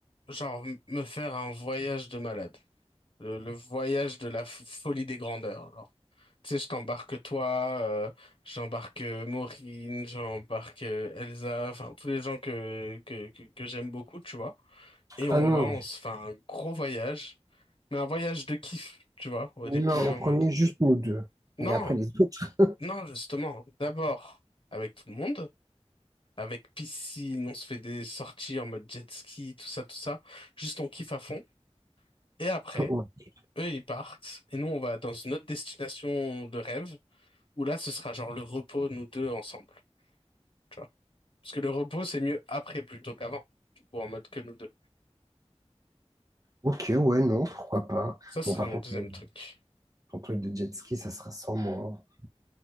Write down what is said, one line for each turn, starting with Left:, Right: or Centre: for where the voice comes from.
Left: genre, m- me faire un voyage de malade. Le, le voyage de la f- folie des grandeurs. Tu sais, je t'embarque toi, euh, j'embarque euh, Maureen, j'embarque euh, Elsa, enfin tous les gens que, que, que, que j'aime beaucoup, tu vois. Et on
Right: Ah non,
Left: va, on se fait un gros voyage, mais un voyage de kiff, tu vois, au
Right: Non,
Left: début
Right: en
Left: en
Right: premier,
Left: mode.
Right: juste nous deux.
Left: Non,
Right: Et après les autres.
Left: non, justement, d'abord avec tout le monde, avec piscine, on se fait des sorties en mode jet ski, tout ça, tout ça. Juste on kiffe à fond. Et après,
Right: ouais.
Left: eux, ils partent, et nous, on va dans une autre destination de rêve, où là, ce sera genre le repos, nous deux, ensemble. tu vois. Parce que le repos, c'est mieux après plutôt qu'avant, du coup, en mode que nous deux.
Right: Ok, ouais, non, pourquoi pas.
Left: Ça ce
Right: Bon,
Left: serait
Right: par
Left: mon
Right: contre,
Left: deuxième
Right: euh,
Left: truc.
Right: ton truc de jet ski, ça sera sans moi.